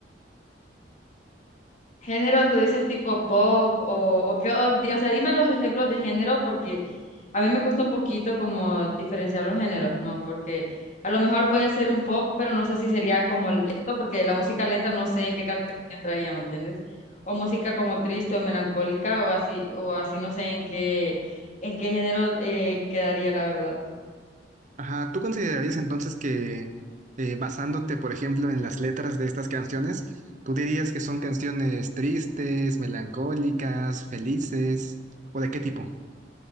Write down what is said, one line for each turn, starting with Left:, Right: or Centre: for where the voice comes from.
Left: Género, tú dices tipo pop o, o qué, o, di- o sea, dime los ejemplos de género porque a mí me cuesta un poquito como diferenciar los géneros, ¿no? Porque a lo mejor puede ser un pop, pero no sé si sería como lento, porque la música lenta no sé en qué categoría entraría, ¿me entiendes? O música como triste o melancólica o así, o así no sé en qué, en qué género eh, quedaría, la verdad.
Right: Ajá, ¿tú considerarías entonces que eh, basándote, por ejemplo, en las letras de estas canciones, tú dirías que son canciones tristes, melancólicas, felices, o de qué tipo?